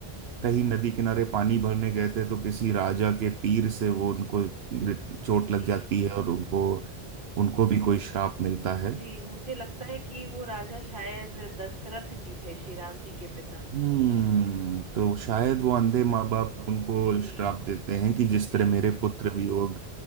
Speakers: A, on the right; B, on the right.
A: कहीं नदी किनारे पानी भरने गए थे तो किसी राजा के तीर से वो उनको चोट
B: जी
A: लग जाती है और उनको उनको भी कोई श्राप मिलता है
B: जी मुझे लगता है कि वो राजा शायद दशरथ जी थे श्री राम जी के पिता
A: हम्म तो शायद वो अंधे माँ बाप उनको
B: जी
A: श्राप देते हैं कि जिस
B: जी
A: तरह मेरे पुत्र वियोग